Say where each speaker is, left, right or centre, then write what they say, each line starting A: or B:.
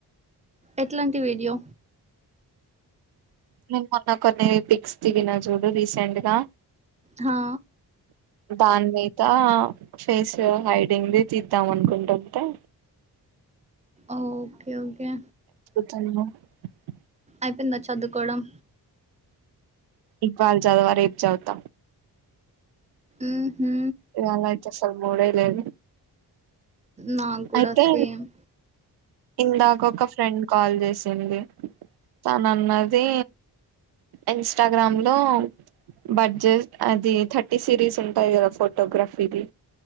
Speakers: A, on the right; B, on the right.
A: ఎట్లాంటి వీడియో
B: నేను మొన్న కొన్ని పిక్స్ దిగినా చూడు రీసెంట్ గా
A: హా
B: దాని మీద ఫేస్ హైడింగ్ది తీద్దాం అనుకుంటుంటే
A: ఓకే ఓకే
B: అ
A: అయిపోయిందా చదువుకోవడం
B: ఇవ్వాళ చదవ రేపు చదువుత
A: ఊహూ
B: ఇవాళ అయితే అసలు మూడే లేదు
A: నాకు కూడా
B: అయితే
A: సేమ్
B: ఇందాక ఒక ఫ్రెండ్ కాల్ చేసింది తను అన్నది ఇన్స్టాగ్రామ్ లో బడ్జెట్ అది థర్టీ సిరీస్ ఉంటాయి కదా ఫోటోగ్రఫీది